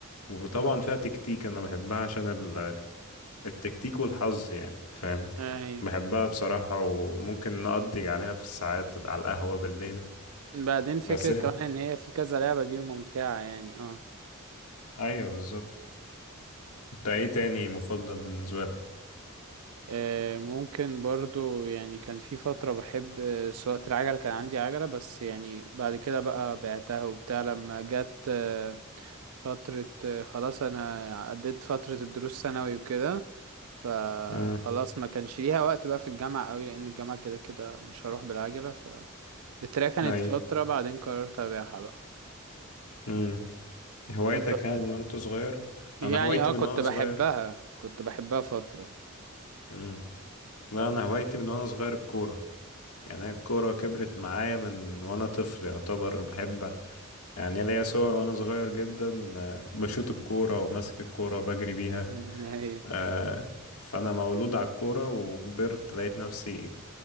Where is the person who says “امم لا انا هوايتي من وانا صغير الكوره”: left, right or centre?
Left